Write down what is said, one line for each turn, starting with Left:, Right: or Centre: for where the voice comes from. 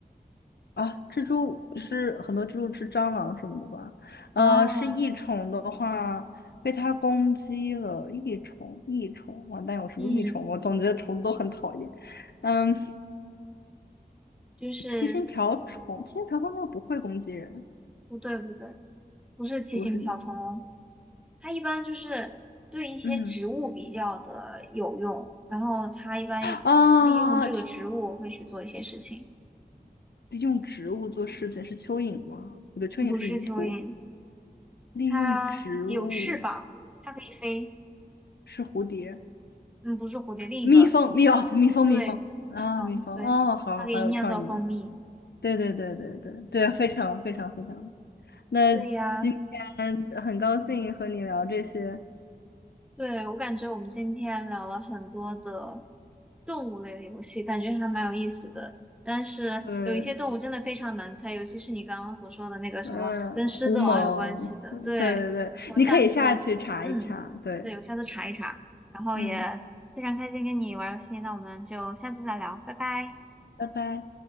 Left: 啊，蜘蛛是很多蜘蛛吃蟑螂什么的吧？呃，
Centre: 啊，
Left: 是益虫的话，被它攻击了，益虫，益虫，完蛋，有什么益虫？
Centre: 嗯，
Left: 我总觉得虫都很讨厌。嗯，
Centre: 就是
Left: 七星瓢虫，七星瓢虫应该不会攻击人，
Centre: 不对不对，不是七星瓢虫哦，
Left: 不是你。
Centre: 它一般就是对一些植物比较的有用，
Left: 嗯
Centre: 然后它一般
Left: 啊，
Centre: 利用这个植物会去做一些事情，
Left: 去利用植物做事情是蚯蚓吗？不对，蚯蚓是泥土。
Centre: 不是蚯蚓。
Left: 利用植物
Centre: 它有翅膀，它可以飞。
Left: 是蝴蝶，
Centre: 嗯，不是蝴蝶，另一个，
Left: 蜜蜂，蜜哦，对蜜蜂，
Centre: 对，
Left: 蜜蜂啊，
Centre: 蜜蜂，
Left: 蜜蜂哦，
Centre: 对，
Left: 好好有创意。
Centre: 它可以酿造蜂蜜。
Left: 对对对对对对，非常非常非常。那今天很高兴和你聊这些，
Centre: 对呀，对，我感觉我们今天聊了很多的动物类的游戏，感觉还蛮有意思的。但是有一些动物真的非常难猜，
Left: 嗯
Centre: 尤其是你刚刚所说的那个什么跟狮子王有关系的。
Left: 嗯，胡蒙，嗯对对对，
Centre: 对，我下次，
Left: 你可以下去查一查，
Centre: 嗯，
Left: 对，
Centre: 对，我下次查一查。然后也非常开心跟你玩游戏，
Left: 嗯，
Centre: 那我们就下次再聊，拜拜。
Left: 拜拜。